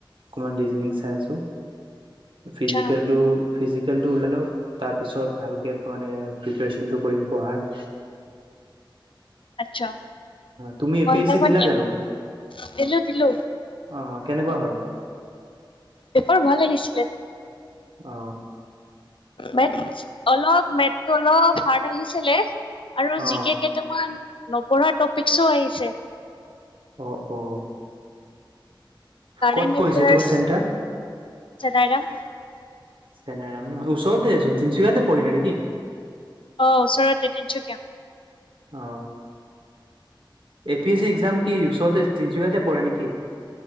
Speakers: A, on the right (about 75°); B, on the left (about 80°).
A: অকমান ৰিজনিং চাই আছো। ফিজিকেল
B: আচ্ছা
A: টো ফিজিকেলটো উলাই লওক তাৰ পিছত ভালকে মানে প্ৰিপেৰেচনটো কৰিম পঢ়াৰ।
B: আচ্ছা
A: তুমি এ
B: মই
A: পি
B: সেইনাখন
A: এছ চি দিলা
B: এপ
A: জানো
B: দিলো দিলো।
A: অ অ কেনেকুৱা হ'ল?
B: পেপাৰ ভাল আহিছিলে।
A: অ।
B: মেথ্চ অলপ মেথটো অলপ হাৰ্ড আহিছিলে। আৰু
A: অ
B: জি কে কেইটামান নপঢ়াৰ টপিক্চও আহিছে।
A: অ অ
B: কাৰেণ্ট
A: ক'ত পৰিছে
B: এফেয়াৰ্চ
A: তোমাৰ চেণ্টাৰ?
B: চেনাইৰাম।
A: চেনাইৰাম ন ওচৰতে চোন তিনচুকীয়াতে পৰিলে নেকি?
B: অঁ ওচৰতে তিনচুকীয়া।
A: অ A P S C exam কি ওচৰতে তিনচুকীয়াতে পৰে নেকি?